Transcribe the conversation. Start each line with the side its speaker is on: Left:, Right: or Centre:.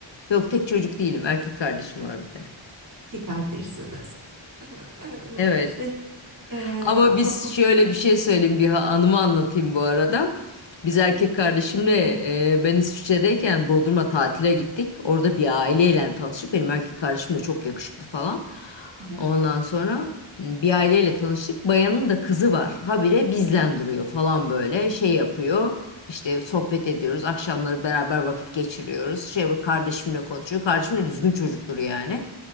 Left: Yok tek çocuk değilim. Erkek kardeşim var bir de.
Right: İki kardeşsiniz. <laughs> Ee,
Left: Evet.
Right: İşte e,
Left: Ama biz
Right: toplum...
Left: şöyle bir şey söyleyeyim bir ha- anımı anlatayım bu arada. Biz erkek
Right: Ha,
Left: kardeşimle e, ben İsviçre'deyken Bodrum'a tatile gittik. Orada bir aileyle tanıştık. Benim erkek kardeşim de çok yakışıklı falan.
Right: ha.
Left: Ondan sonra bir aileyle tanıştık. Bayanın da kızı var. Habire bizden duruyor falan böyle şey yapıyor. İşte sohbet ediyoruz. Akşamları beraber vakit geçiriyoruz. Şey bu kardeşimle konuşuyor. Kardeşim de düzgün çocuktur yani.